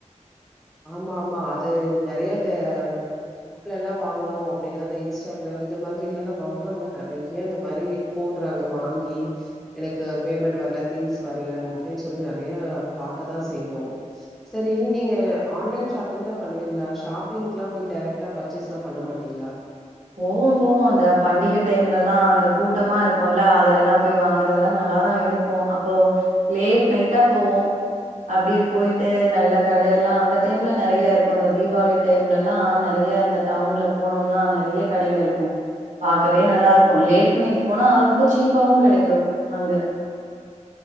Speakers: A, in the centre; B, on the right.
A: ஆமா ஆமா அது நெறய இந்த ஆப்ல எல்லாம் வாங்கினும் அப்டின்னா இந்த இன்ஸ்டாகிராம் இந்த மாதிரிலல்லாம் வாங்கினா அதெல்லாம் நெறைய அந்த மாரி போடுறாங்க வாங்கி எனக்கு பேமெண்ட் வரல திங்ஸ் வரல அப்டின்னு சொல்லி நெறைய பாக்கதான் செய்றோம் செரி நீங்க ஆன்லைன் ஷாப்பிங் தான் பண்ணுவீங்களா ஷாப்பிங்க்லாம் போய் டரக்டா பர்ச்சேஸ்லாம் பண்ண மாட்டீங்களா
B: போவோ போவோ அந்த பண்டிக டைம்லலா அந்த கூட்டமா இருக்கும்ல அதுலலா போய் வாங்கறதெல்லா நல்லாதா இருக்கோ அப்போ லேட் நைட்டா போவோ அப்டியே போயிட்டு நல்ல கடையெல்லா அந்த டைம்ல நறைய இருக்கோ அந்த தீபாவளி டைம்லலா நறைய இந்த டவுன்ல போனோம்னா நறையக் கடைங்க இருக்கும் பாக்கவே நல்லா இருக்கு லேட் நைட் போனா ரொம்ப சீப்பாவும் கிடைக்கும் அங்க